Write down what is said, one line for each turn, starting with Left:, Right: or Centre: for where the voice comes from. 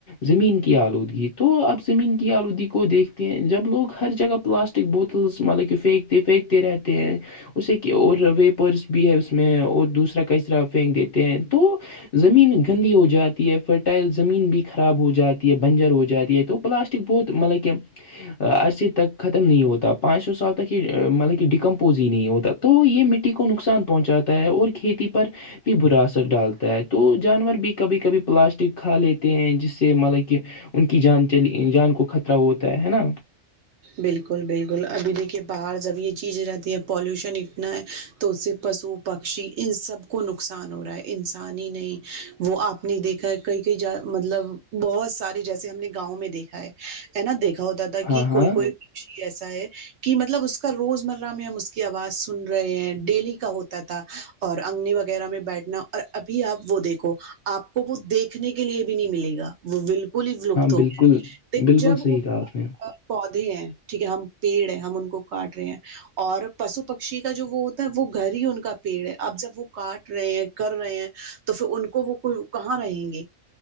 Left: زمین کی آلودگی تو اب زمین آلودی کو دیکھتے ہیں جب لوگ ہر جگہ پلاسٹک بوتلس مطلب کہ پھینکتے پھینکتے رہتے ہیں اسے اور ویپرس بھی ہے اس میں اور دوسرا کا اس طرح پنگتے ہیں تو زمین گندی ہو جاتی ہے فرٹائل زمین بھی خراب ہو جاتی ہے بنجر ہو جاتی ہے تو پلاسٹ بہت مطلب کہ عرصے تک ختم نہیں ہوتا پانچ سو سال تک یہ مطلب کہ ڈیکمپوز ہی نہیں ہوتا تو یہ مٹی کو نقصان پہنچاتا ہے اور کھیتی پر بھی برا اثر ڈالتا ہے تو جانور بھی کبھی کبھی پلاسٹک کھا لیتے ہیں جس سے مطلب کہ ان کی جان چلی جان کو خطرہ ہوتا ہے نا
Right: بالکل بالکل ابھی دیکھیے باہر جب یہ چیز رہتی ہے پالوشن اتنا ہے تو اس سے پشو پکشی ان سب کو نقصان ہو رہا ہے انسان ہی نہیں وہ آپ نے دیکھا ہے کئی کئی جا مطلب بہت سارے جیسے ہم نے گاؤں میں دیکھا ہے نا دیکھا ہوتا تھا
Left: ہاں
Right: کہ
Left: ہاں
Right: کوئی کوئی پکشی ایسا ہے کہ مطلب اس کا روزمرہ میں ہم اس کی آواز سن رہے ہیں ڈیلی کا ہوتا تھا اور انگنی وغیرہ میں بیٹھنا اور ابھی آپ وہ دیکھو آپ کو وہ دیکھنے کے لیے بھی نہیں ملے گا وہ بالکل ہی ولپت ہو
Left: بالکل
Right: گئے
Left: بالکل
Right: جب
Left: صحیح رہے ہاں
Right: پودے ہیں ٹھیک ہے ہم پیڑ ہے ہم ان کو کاٹ رہے ہیں اور پشو پکشی کا جو وہ ہوتا ہے وہ گھر ہی ان کا پیڑ ہے اب جب وہ کاٹ رہے ہیں کر رہے ہیں تو پھر ان کو وہ کہاں رہیں گے